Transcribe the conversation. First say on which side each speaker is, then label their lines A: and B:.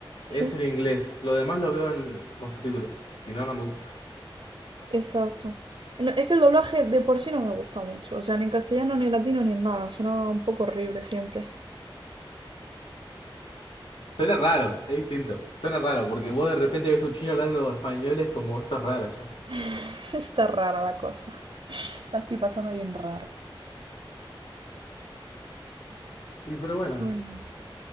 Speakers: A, on the right; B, on the left.
A: Sí,
B: es el inglés. Lo demás lo veo en- con subtítulos. Si no, no me gusta.
A: exacto. No, es que el doblaje de por sí no me gusta mucho. O sea, ni en castellano, ni en latino, ni en nada. Suena un poco horrible siempre.
B: Suena raro, es distinto. Suena raro, porque vos de repente ves un chino hablando español, es como esto es raro ya.
A: <laughs> Está rara la cosa. La estoy pasando bien raro.
B: Y pero bueno,
A: Bueno.